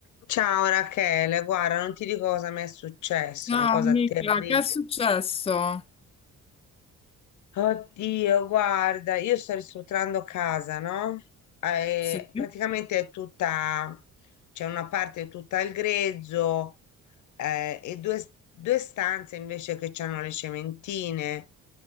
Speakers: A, on the left; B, on the left.
A: Ciao Rachele, guarda, non ti dico cosa mi è successo,
B: Ah,
A: una cosa
B: amica,
A: terribile.
B: che è successo?
A: Oddio, guarda, io sto ristrutturando casa, no? Eh,
B: Sì,
A: praticamente è tutta, c'è una parte tutta al grezzo, eh, e due, due stanze invece che hanno le cementine.